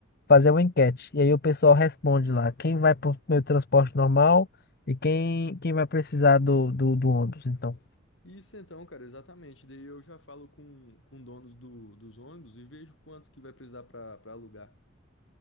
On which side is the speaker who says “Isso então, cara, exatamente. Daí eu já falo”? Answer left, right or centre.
Left